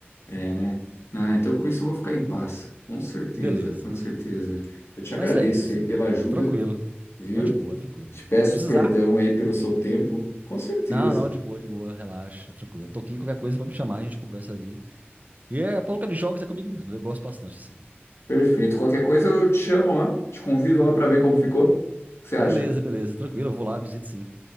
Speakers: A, on the left (about 85°); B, on the right (about 40°).
A: É, né? Ah, então com isso eu vou ficar em paz. Com certeza,
B: Beleza.
A: com certeza. Eu te
B: Mas
A: agradeço
B: é isso, assim.
A: aí pela ajuda,
B: Tranquilo.
A: viu?
B: Não, de boa, tranquilo.
A: Te peço
B: Precisar?
A: perdão aí pelo seu tempo. Com certeza.
B: Não, não, de boa, de boa. Relaxa, tranquilo. Tô aqui, qualquer coisa pra me chamar, a gente conversa aí. E é, pouca de jogos é comigo mesmo. Eu gosto bastante, assim.
A: Perfeito. Qualquer coisa eu te chamo lá, te convido lá para ver como ficou. O que você acha?
B: Beleza, beleza. Tranquilo. Eu vou lá, visito sim.